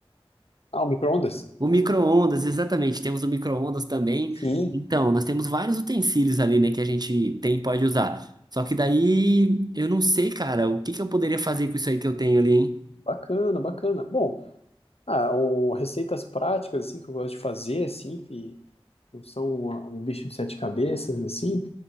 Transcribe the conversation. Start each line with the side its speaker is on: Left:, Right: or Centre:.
Left: Ah, o micro-ondas?
Right: O micro-ondas, exatamente. Temos o micro-ondas também.
Left: Sim,
Right: Então, nós temos vários utensílios ali, né, que a gente tem e pode usar. Só que daí, eu não sei, cara, o que que eu poderia fazer com isso aí que eu tenho ali, hein?
Left: bacana, bacana. Bom, Ah, ou receitas práticas, assim, que eu gosto de fazer, assim, que não são uma- um bicho de sete cabeças, assim,